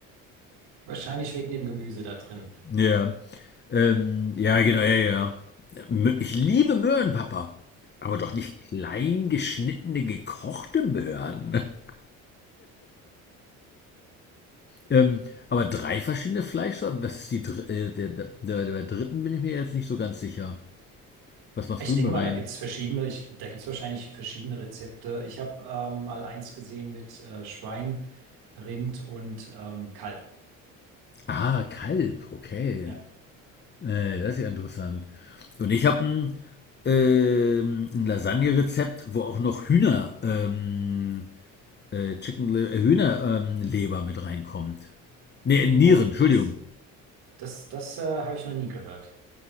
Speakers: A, on the right; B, on the left.
A: Wahrscheinlich wegen dem Gemüse da drin.
B: ja. Ähm, ja, genau, ja, ja. Mö- Ich liebe Möhren, Papa. Aber doch nicht klein geschnittene, gekochte Möhren. <laughs> Ähm, aber drei verschiedene Fleischsorten. Was ist die dr äh, der, der, der, der dritten bin ich mir jetzt nicht so ganz sicher. Was machst
A: Ich
B: du
A: denke
B: denn rein?
A: mal, da gibt's verschiedene, ich, da gibt's wahrscheinlich verschiedene Rezepte. Ich habe ähm, mal eins gesehen mit äh, Schwein, Rind und ähm, Kalb.
B: Ah, Kalb, okay.
A: Ja.
B: Äh, das ist ja interessant. Und ich habe ein, ähm, ein Lasagne-Rezept, wo auch noch Hühner ähm, äh, Chicken Le- äh, Hühnerleber ähm, mit reinkommt. Nee, Nieren,
A: Oh,
B: Entschuldigung.
A: das, das, das äh, habe ich noch nie gehört.